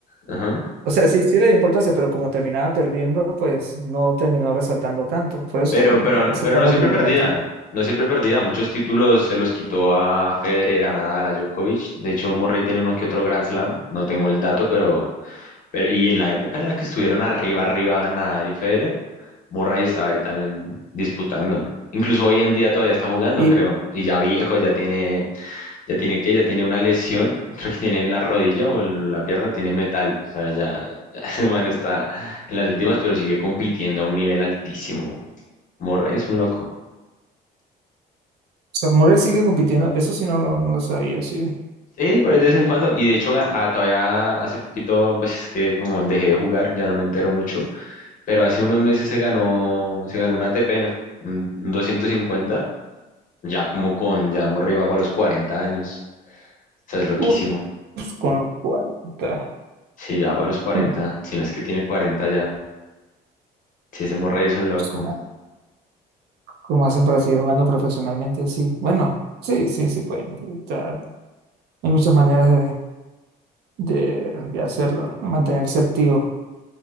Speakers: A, on the left; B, on the right.
A: ajá.
B: o sea, sí, sí le dio importancia, pero como terminaba perdiendo, pues no terminó resaltando tanto. Por eso
A: Pero,
B: me
A: pero,
B: parece
A: pero
B: raro
A: no siempre
B: que lo
A: perdía,
B: metí.
A: no siempre perdía. Muchos títulos se los quitó a Federer, a Nadal, a Djokovic. De hecho, Murray tiene uno que otro Grand Slam, no tengo el dato, pero, pero y en la época en la que estuvieron arriba, arriba Nadal y Federer, Murray estaba ahí también disputando. Incluso hoy en día todavía está jugando,
B: Y
A: creo,
B: o
A: y ya viejo, ya tiene, ya tiene que, ya tiene una lesión, <laughs> creo que tiene en la rodilla o en la pierna, tiene metal, o sea, ya, ya <laughs> ese man está en las últimas, pero sigue compitiendo a un nivel altísimo. Murray es un loco.
B: sea, Murray sigue compitiendo, eso sí no lo, no lo sabía, sí.
A: Sí, por ahí de vez en cuando. Y de hecho, ga- ah, todavía hace poquito, pues es que como dejé de jugar, ya no me entero mucho. Pero hace unos meses se ganó, se ganó un ATP, un un doscientos cincuenta ya como con, ya Murray va para los 40 años. O sea, es loquísimo.
B: Uf, con los cuarenta
A: Sí, ya para los cuarenta
B: Hmm,
A: Si no es que tiene 40 ya. Sí, ese Murray es un loco.
B: su madre. ¿Cómo hacen para seguir jugando profesionalmente así? Bueno, sí, sí, sí pueden. O sea, hay muchas maneras de, de, de hacerlo, mantenerse activo.